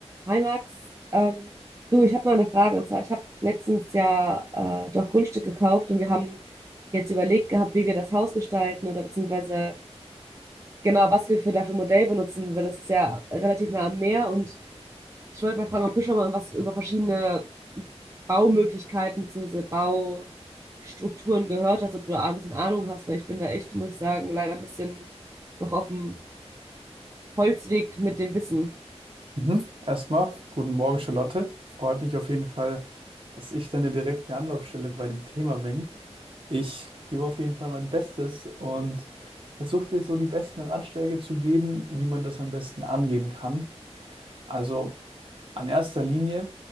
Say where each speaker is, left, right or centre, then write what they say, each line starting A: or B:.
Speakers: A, on the right; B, on the right.
A: Hi Max, ähm, du, ich habe mal eine Frage und zwar, ich habe letztens ja äh, doch Grundstück gekauft und wir haben jetzt überlegt gehabt, wie wir das Haus gestalten oder beziehungsweise genau, was wir für dafür Modell benutzen, weil das ist ja relativ nah am Meer und ich wollte mal fragen, ob du schon mal was über verschiedene Baumöglichkeiten beziehungsweise Baustrukturen gehört hast, ob du da ein bisschen Ahnung hast, weil ich bin da echt, muss ich sagen, leider ein bisschen noch auf dem Holzweg mit dem Wissen.
B: Mhm. Erstmal, guten Morgen, Charlotte. Freut mich auf jeden Fall, dass ich deine direkte Anlaufstelle bei dem Thema bin. Ich gebe auf jeden Fall mein Bestes und versuche dir so die besten Ratschläge zu geben, wie man das am besten angehen kann. Also an erster Linie